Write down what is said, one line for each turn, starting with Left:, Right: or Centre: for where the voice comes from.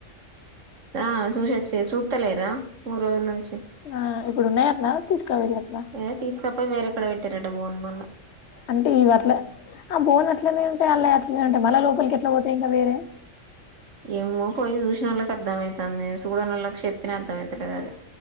Right: ఆ చూసోచ్చి చుత్తలెర మూడురోజుల నుంచి
Left: ఆ ఇప్పుడు ఉన్నాయటనా తీసుకువెళ్ళటనా
Right: ఏ తీసుక పోయి వేరే కాడ పెట్టిరట బోన్ మల్ల
Left: అంటే ఈవట్ల ఆ బోన్ అట్లనే ఉంటాయి అలా అట్లనే ఉంటాయి మళ్ లోపలికి ఎట్లా పోతయి ఇంకా వేరే
Right: ఏమో పోయి చూసినవోళ్ళకి అర్థమయితుంది చూడనోళ్ళకి చెప్పిన అర్థం అయితలేదు అది